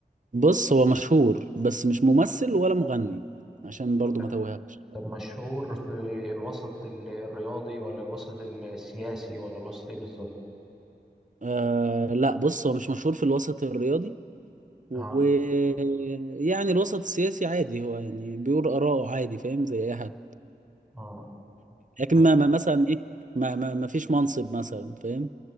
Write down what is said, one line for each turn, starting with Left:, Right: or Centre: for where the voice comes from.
Right: بص هو مشهور بس مش ممثل ولا مغني عشان برضو
Centre: تمام
Right: ما توهكش
Centre: طب مشهور في الوسط ال- الرياضي ولا الوسط السياسي ولا الوسط ايه بالظبط
Right: آه لا بص هو مش مشهور في الوسط الرياضي ويعني
Centre: اه
Right: الوسط السياسي عادي هو يعني بيقول آراءه عادي فاهم زي أي حد
Centre: اه
Right: لكن
Centre: تمام
Right: ما ما- مثلا إيه ما ما ما فيش منصب مثلا فاهم